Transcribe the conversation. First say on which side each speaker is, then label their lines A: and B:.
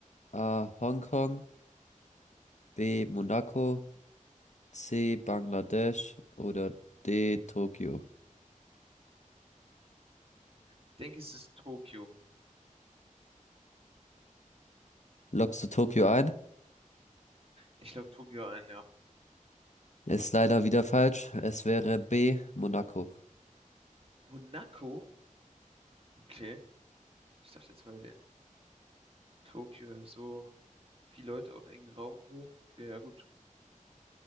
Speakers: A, on the left; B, on the right.
A: A. Hongkong, B. Monaco, C. Bangladesch oder D. Tokio.
B: Ich denke, es ist Tokio.
A: Loggst du Tokio ein?
B: Ich glaube, Tokio ein, ja.
A: Ist leider wieder falsch. Es wäre B, Monaco.
B: Monaco? Okay. Ich dachte jetzt, weil Tokio ja so viele Leute auf engem Raum wohnen. Okay, ja gut.